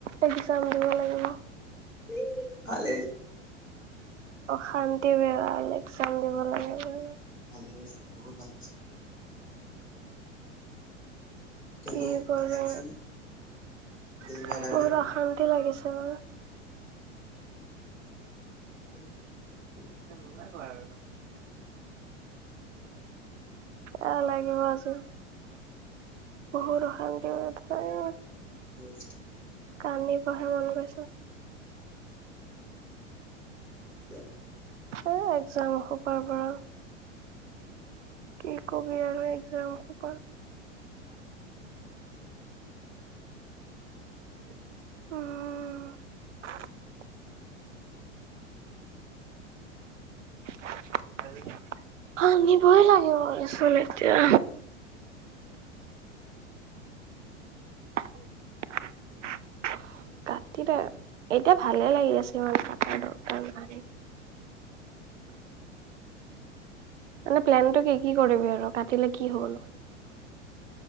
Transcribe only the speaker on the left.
উ, ভাল
ভালে হৈছে বহুত ভাল হৈছে। কেনে
ভাল লাগিছে নে দিনৰাত
আগতে শুই
এ
উম।
কিয়?